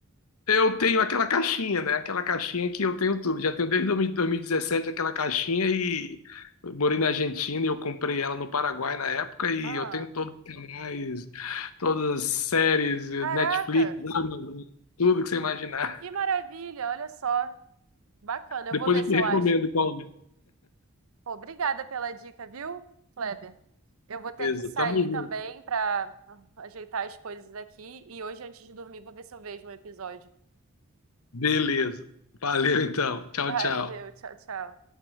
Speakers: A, on the left (about 80°); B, on the right (about 75°).
A: Eu tenho aquela caixinha, né? Aquela caixinha que eu tenho tudo. Já tenho desde 2000 2017 aquela caixinha e eu morei na Argentina e eu comprei ela no Paraguai na época e
B: Ah,
A: eu tenho todos os canais, todas as séries,
B: caraca,
A: Netflix, Amazon, tudo que você imaginar.
B: que maravilha, olha só. Bacana,
A: Depois
B: eu vou ver
A: eu
B: se
A: te recomendo
B: eu acho.
A: qual é.
B: Pô, obrigada pela dica, viu, Kleber? Eu vou ter
A: Beleza,
B: que sair
A: tamo junto.
B: também para ajeitar as coisas aqui. E hoje, antes de dormir, vou ver se eu vejo um episódio.
A: Beleza. Valeu então. Tchau,
B: Valeu,
A: tchau.
B: tchau, tchau.